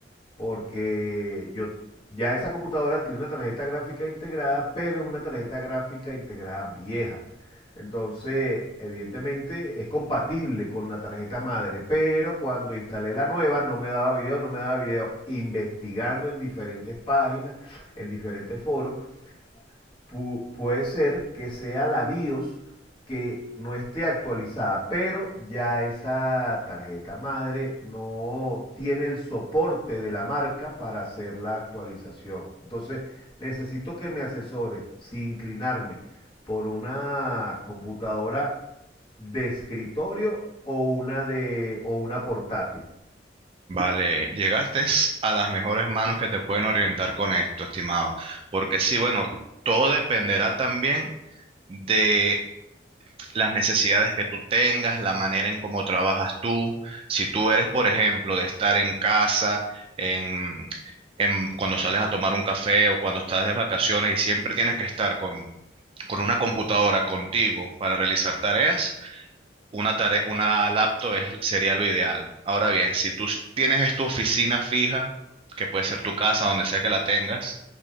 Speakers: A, on the left; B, on the right.
A: porque yo ya esa computadora tiene una tarjeta gráfica integrada, pero es una tarjeta gráfica integrada vieja. Entonces, evidentemente es compatible con la tarjeta madre, pero cuando instalé la nueva no me daba video, no me daba video. Investigando en diferentes páginas, en diferentes foros, pu- puede ser que sea la BIOS que no esté actualizada, pero ya esa tarjeta madre no tiene el soporte de la marca para hacer la actualización. Entonces, necesito que me asesore sin inclinarme por una computadora de escritorio o una de o una portátil.
B: Vale, llegaste a las mejores manos que te pueden orientar con esto, estimado, porque sí, bueno, todo dependerá también de las necesidades que tú tengas, la manera en cómo trabajas tú. Si tú eres, por ejemplo, de estar en casa, en, en cuando sales a tomar un café o cuando estás de vacaciones y siempre tienes que estar con, con una computadora contigo para realizar tareas una tare- una laptop es- sería lo ideal. Ahora bien, si tú s- tienes es tu oficina fija, que puede ser tu casa, donde sea que la tengas,